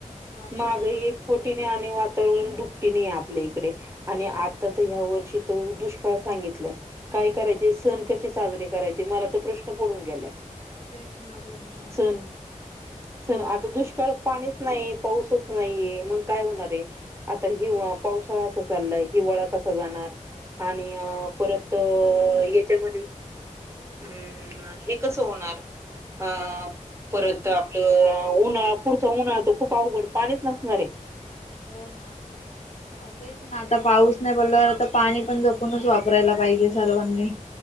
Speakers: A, on the left; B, on the right.
A: वातावरण
B: माहागाईही एक पटीने आणि वातावरण दुपटीने आहे आपल्या इकडे
A: हो
B: आणि आता
A: ना
B: तर ह्या वर्षी तो दुष्काळ सांगितलाय काय करायचे
A: हो
B: सण कसे साजरे करायची मला तो प्रश्न पडून गेलाय.
A: तेच ना बर ना <unintelligible>
B: सण सण आता दुष्काळ पाणीच नाही पाऊसच नाहीये मग काय होणार आहे. आता हि पावसाळा असा चाललाय हिवाळा कसा जाणार? आणि परत याच्यामध्ये हम्म हे कसं होणार? हा परत आपलं उन्हाळा पुढचा उन्हाळा तो खूप अवघड पाणीच नसणार आहे.
A: हो ना. तेच ना. आता पाऊस नाही पडलं तर पाणी पण जपूनच वापरायला पाहिजे सर्वांनी.